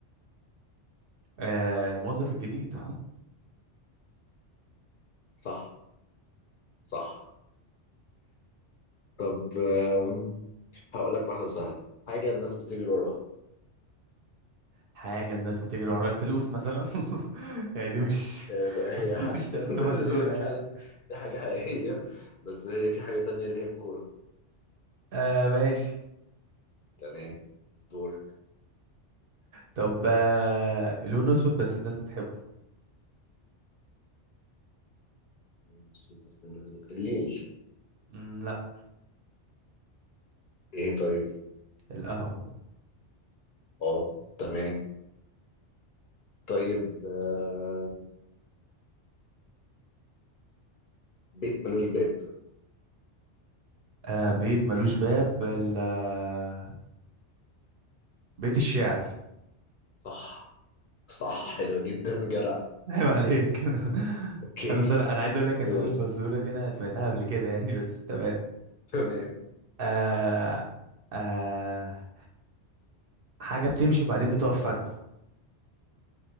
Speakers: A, on the right (about 60°); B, on the left (about 60°).
A: آه الموظف الجديد <laughs>
B: صح صح طب آم، هقول لك واحدة سهلة حاجة الناس بتجري وراها
A: حاجة الناس بتجري ورا الفلوس مثلا <laughs> يعني دي مش
B: آه،
A: <laughs>
B: هي
A: مش
B: حل
A: شرط
B: <laughs>
A: فزورة
B: هي فعلا
A: يعني
B: دي حاجة حقيقية بس هي في حاجة تانية اللي هي الكورة
A: آه ماشي
B: تمام دور
A: طب آه لونه اسود بس الناس بتحبه
B: المفروض بس الناس بت... الليل
A: مم، لا
B: ايه طيب
A: القهوة
B: اه تمام طيب آه، بيت ملوش باب
A: آه بيت ملوش باب ال- آه، بيت الشعر
B: صح صح حلوة جدا جدع
A: عيب عليك <laughs>
B: اوكي
A: انا سنة انا عايز اقول لك
B: دور
A: ان انا الفزورة دي انا سمعتها قبل كده يعني بس تمام
B: تمام
A: آه آه حاجة بتمشي وبعدين بتقف فجأة